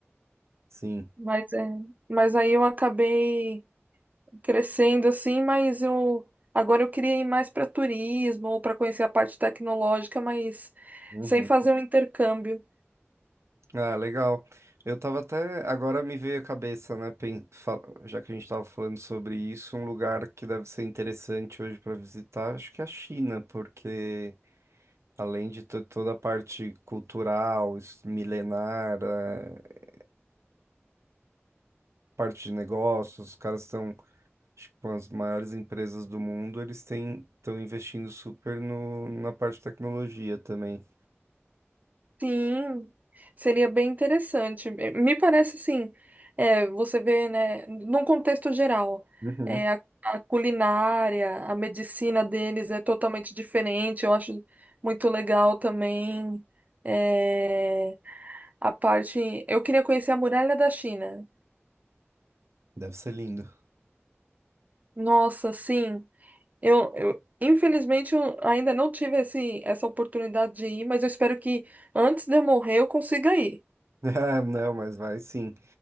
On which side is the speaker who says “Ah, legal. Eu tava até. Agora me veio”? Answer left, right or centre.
Right